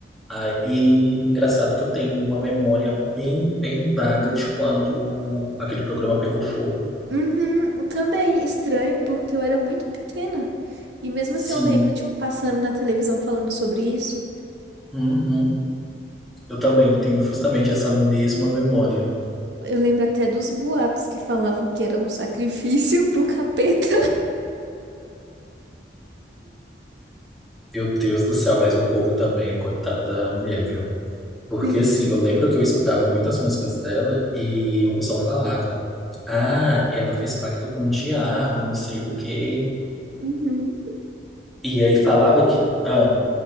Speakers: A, in the centre; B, on the right.
A: Ah, e engraçado que eu tenho uma memória bem, bem vaga de quando aquele programa pegou fogo.
B: Uhum, também estranho, porque eu era muito pequena. E mesmo
A: Sim.
B: assim eu lembro, tipo, passando na televisão falando sobre isso.
A: Uhum. Eu também tenho justamente essa mesma memória.
B: Eu lembro até dos boatos que falavam que era um sacrifício <laughs> pro capeta.
A: Meu Deus do céu, mas o povo também, coitada da mulher, viu? Porque
B: Sim.
A: assim, eu lembro que eu escutava muitas músicas dela e o pessoal falava: Ah, ela fez pacto com o diabo, não sei o quê.
B: Uhum.
A: E aí falava que. Ah,